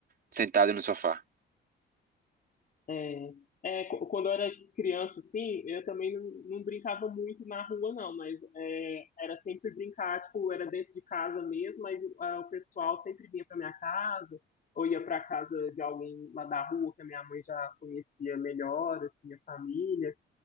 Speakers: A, on the right (about 50°); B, on the left (about 45°).
A: sentado no sofá.
B: É, é, qu- quando eu era criança, assim, eu também não, não brincava muito na rua, não, mas é, era sempre brincar, tipo, era dentro de casa mesmo, mas é, o pessoal sempre vinha pra minha casa, ou ia pra casa de alguém lá da rua, que a minha mãe já conhecia melhor, assim, a família.